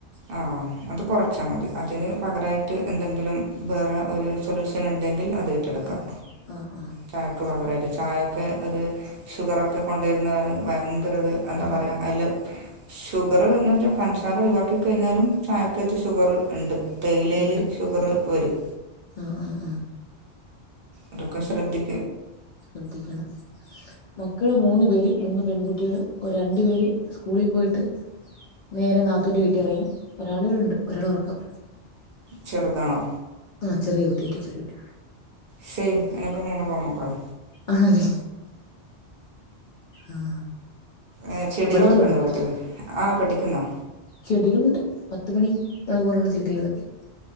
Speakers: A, on the right (about 60°); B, on the left (about 55°).
A: ആ അത് കുറച്ചാൽ മതി അതിന് പകരായിട്ട് എന്തെങ്കിലും വേറെ ഒരു സൊല്യൂഷൻ ഉണ്ടെങ്കിൽ. അത് ഏറ്റെടുക്കാം.
B: ആഹ് ആഹ് ആഹ്
A: ചായക്ക് പകരമായിട്ട് ചായൊക്കെ ഒരു ഷുഗറൊക്കെ കൊണ്ടുവരുന്ന. ഭയങ്കര ഒരു എന്താ
B: ആഹ് ആഹ്
A: പറയാ ഐല് ഷുഗർന്ന്ച്ചാ പൻസാര ഒയിവാ ക്കഴിഞ്ഞാലും ചായക്കത്ത് ഷുഗറ് ഇണ്ട് തേയിലേല്
B: ഉണ്ട്
A: ഷുഗറ് വരും
B: ആഹ് ആഹ് ആഹ്
A: അതൊക്കെ ശ്രദ്ധി
B: ശ്രദ്ധിക്കണം മക്കള് മൂന്ന് പേര് മൂന്ന് പെൺകുട്ടികള് ഒരു രണ്ടു പേര് സ്കൂളി പോയിട്ട് നേരെ നാത്തൂന്റെ വീട്ടീറങ്ങി ഒരാള് ഇവിടുണ്ട് ഒരാള് ഒറക്കം
A: ചെറുതാണോ
B: ആഹ് ചെറിയകുട്ടി ചെറിയകുട്ടി
A: സെയിം ഞങ്ങക്ക് മൂന്ന് പെമ്മക്കളാ
B: ആണല്ലേ ആഹ്
A: ഏ ചെടികളൊക്കെണ്ടോ
B: പഠിക്കുവാണോ
A: വീട്ടില് ആഹ് പഠിക്കുന്നോ
B: ചെടികള്ണ്ട് പത്തുമണി അതുപോലെള്ള ചെടികളൊക്കെ